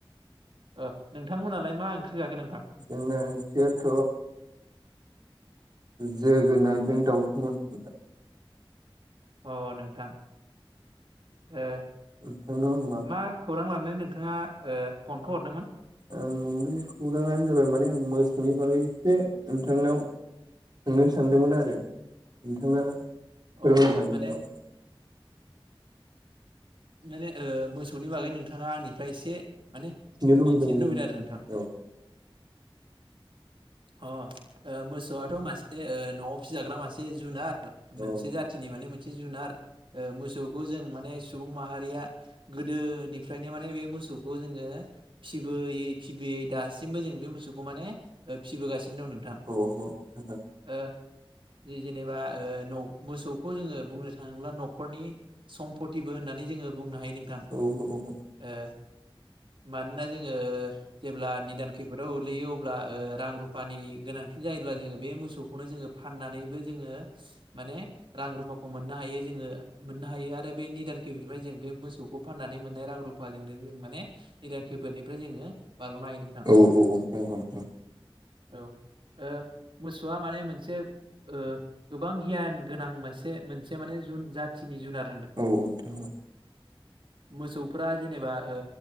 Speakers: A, on the right; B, on the right.
A: ओ नोंथांमोनालाय मा ओंख्रि? जाखो नोंथां
B: जोंना ओंख्रियाथ' जोगोनारजों दाउसोमोन।
A: अ' नोंथां ओ
B: नोंथांनाव आं
A: मा खौरां ला नानै नोंथाङा ओ फनखौ हरदोंमोन?
B: आं बे खौराङानो जाबाय माने आं मोसौनि बागै एसे नोंथांनाव सोंनो सानदोंमोन आरो नोंथांङा फोरमायनो
A: अ
B: हागोन
A: माने
B: नामा?
A: माने ओ मोसौनि बागै नोंथांङा आंनिफ्राय एसे माने
B: लुुबैदोंमोन
A: मिथिनो लुबैदो
B: आं
A: आरो नोंथां।
B: औ
A: ह' ओ मोसौआथ' मासे ओ न'आव फिजाग्रा मासे जुनाद मोनसे
B: औ
A: जाथिनि माने मोनसे जुनार ओ मोसौ खौ जों माने सुबुं माहारिया गोदोनिफ्रायनो माने बे मोसौखौ जोङो फिसिबो बोयै फिबोयै दासिमबो जों बे मोसौखौ माने ओ फिबोगासिनो। दं नोंथां
B: औ अ नोंथां।
A: ओ जि जेनेबा ओ न' मोसौखौ जोङो बुंनो थांङोब्ला न'खरनि सम्प'तिबो होन्नानै जों ङो बुंनो हायो नोंथां
B: औ औ
A: ओ मानोना जोङो जेब्ला निदान खैफोदाव ओलैयो अब्ला ओ रां रुफानि गोनांथि जायोब्ला जोङो बे मोसौखौनो जोङो फान्नानैबो जोङो माने रां रुफाखौ मोन्नो हायो जोङो मोन्नो हायो आरो बे निदान खैफोदनिफाय जों बे मोसौखौ फान्नानै मोन्नाय रां रुफा फाजोंनो जों माने निदान खैफोदनिफ्राय जोङो बारग'नो हायो
B: औ
A: नोंथां
B: औ औ औ औ।
A: औ ओ मोसौआ माने मोनसे ओ गोबां गियान गोनां मासे मोनसे माने जुन जाथिनि जुनाद
B: औ औ नोंथां औ।
A: मोसौफ्रा जेनेबा ओ